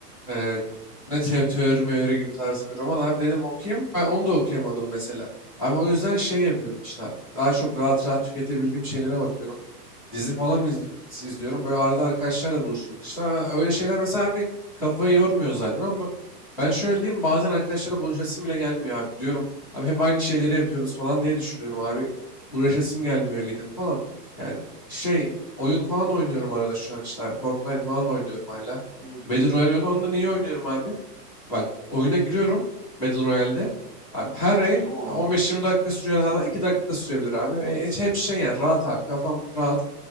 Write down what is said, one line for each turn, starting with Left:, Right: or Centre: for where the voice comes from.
Left: e, ne te teori meori gibi tarzı bir roman abi dedim okuyayım. Ben onu da okuyamadım mesela. Abi o yüzden şey yapıyorum işte abi. Daha çok rahat rahat tüketebildiğim şeylere bakıyorum. Dizi falan iz- izliyorum. Böyle arada arkadaşlarla buluşuyoruz. İşte ha, öyle şeyler mesela bir kafayı yormuyor zaten ama ben şöyle diyeyim bazen arkadaşlarla buluşasım bile gelmiyor abi. Diyorum abi hep aynı şeyleri yapıyoruz falan diye düşünüyorum abi. Uğraşasım gelmiyor gidip falan. Yani şey oyun falan oynuyorum arada şu an işte abi. Fortnite falan oynuyorum hala.
Right: Hı hı.
Left: Battle Royale onu ondan iyi oynuyorum abi. Bak oyuna giriyorum Battle Royale'de. Abi her el
Right: Tamam
Left: 15-20
Right: abi.
Left: dakika sürüyor. Hatta 2 dakika da sürebilir abi. E, hiç hep şey yani rahat abi. Kafam rahat.